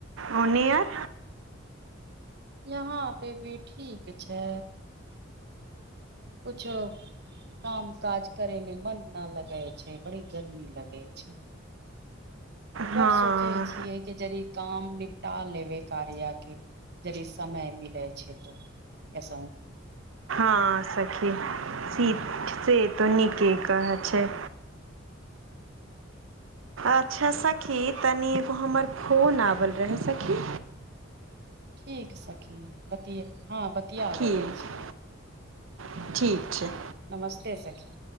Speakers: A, on the right; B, on the right.
A: ओ नियर
B: यहाँ पे भी ठीक छै कुछो। काम काज करे में मन न लगे छै, बड़ी गर्मी लगे छै। बड़
A: हँ
B: सोचे छियै के यदि काम निपटा लेबे कार्य के, यदि समय मिले छै तऽ अस
A: ह सखी! से त नीके कह छै अच्छा सखी! तनि एगो हमर फोन आबल रहै सखी।
B: ठीक सखी, बतियए हँ बति किया लेबे
A: ठीक
B: छै
A: ठीक छै
B: नमस्ते सखी!